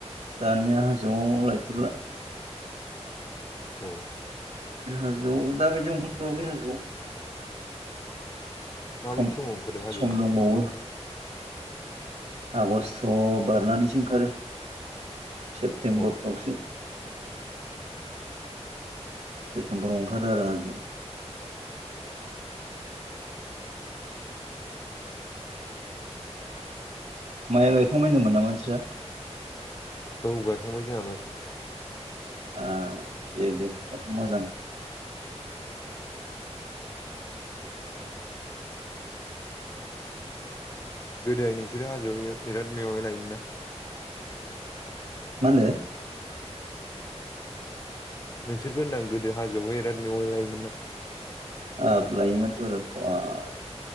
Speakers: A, on the right; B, on the left.
A: दानिया जौआव लायफेरला।
B: अ'
A: हाजोआव दााबायदि ओंखारथ'वाखै हाजोआव।
B: माबायदि
A: सम
B: समाव ओंखारो हाजोआवहाय
A: सम दंबावो। आग'स्ट बारनानैसो ओंखारो सेप्तेम्ब'रफ्रावसो।
B: अ
A: सेप्तेम्ब'राव ओंखारो आरो हाजोआव। माइ गाइखांबाय होन्दोंमोन नामा नोंस्रा?
B: औ गायखांबाय जोंहा माइखौ।
A: आ दे दे होमबाथ' मोजां।
B: गोदोहाय नोंसोरो हाजोआव बिराद मेवाय लायोमोनना?
A: मा होनदों?
B: नोंसोरखौ होनदां गोदो हाजोआवहाय बिराद मेवाइ लायोमोन ना?
A: हाब लायोमोनथ' आरो बाब बेराद